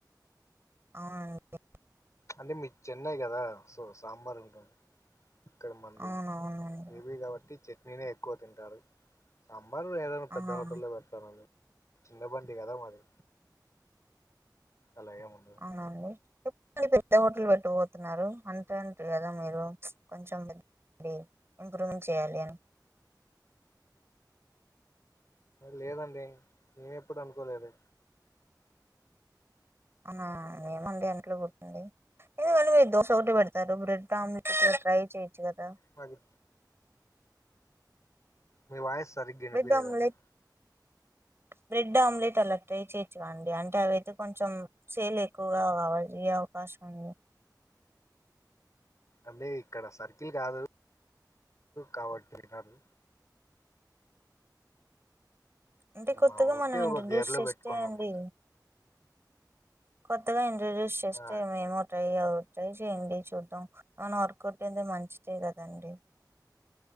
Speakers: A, on the right; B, on the left.
A: అవునండి
B: అంటే మీద్ చెన్నై కదా సో సాంబార్ ఉంటుంది ఇక్కడ మన్ది
A: అవునవునండి
B: ఏ పి గాబట్టి చట్నీనే ఎక్కువ తింటారు సాంబార్ ఏదైనా
A: ఆ
B: పెద్ద హోటల్లో పెడతారండి చిన్న బండి కదా మాది అలాగేం ఉండదు
A: నా అండి మరి పెద్ద హోటల్ పెట్ట పోతున్నారు అంతే అంట కదా మీరు కొంచెం డి ఇంప్రూవ్మెంట్ చేయ్యాలి అని
B: లేదండి నేనెప్పుడు అనుకోలేదే
A: అవునా ఏముంది అంట్లో <unintelligible> ఎందుకండి మీరు దోశ ఒకటె పెడ్ తారు బ్రెడ్ ఆమ్లేట్ ఇట్ల ట్రై చేయొచ్చు గదా
B: మాది మీ వాయిస్ సరిగ్గా ఇనిపియలేదండి
A: బ్రెడ్ ఆమ్లెట్ బ్రెడ్ ఆమ్లెట్ అలా ట్రై చేయచ్చుగా అండి అంటే అవయితే కొంచెం సేల్ ఎక్ ఎక్కుగా అవజ అవకాశ <unintelligible>
B: అబ్బే ఇక్కడ సర్కిల్ కాదు కాబట్టి వినరు
A: అంటే కొత్తగా
B: మా ఊరికే
A: మనం ఇంట్రడ్యూస్
B: ఒక గేర్ లో
A: చేస్తే
B: పెట్టుకున్నాము
A: అండి కొత్తగా ఇంటడ్యూస్స్ చేస్తే
B: ఆ
A: ఏమ్ ట్రై అ ట్రై చేయ్యడి చూద్దాం మనా వర్కట్టేంది మంచిదే కదండి